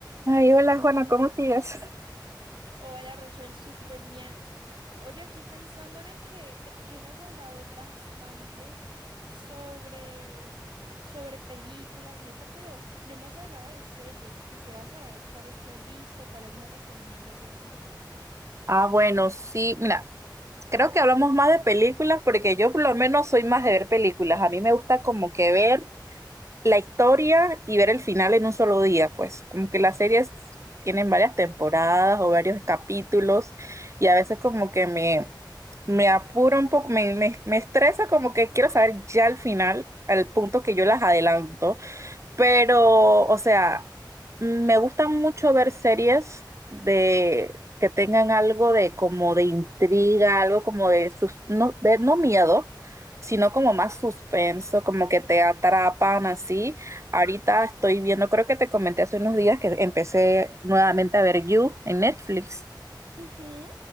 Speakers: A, on the right; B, on the right.
A: Ay, hola Juana, ¿cómo sigues?
B: Hola Rochelle, súper bien. Oye, aquí pensando en el que hemos hablado bastante sobre, sobre películas y eso, pero no hemos hablado de series y quisiera saber cuáles te has visto, cuáles me recomiendas y así.
A: Ah, bueno, sí, mira, creo que hablamos más de películas porque yo por lo menos soy más de ver películas. A mí me gusta como que ver la historia y ver el final en un solo día, pues, como que las series tienen varias temporadas o varios capítulos y a veces como que me, me apura un poco, me, me, me estresa como que quiero saber ya el final, al punto que yo las adelanto. Pero, o sea, me gusta mucho ver series de que tengan algo de como de intriga, algo como de sus, no, de no miedo, sino como más suspenso, como que te atrapan así. Ahorita estoy viendo, creo que te comenté hace unos días que empecé nuevamente a ver You en Netflix.
B: Ujú,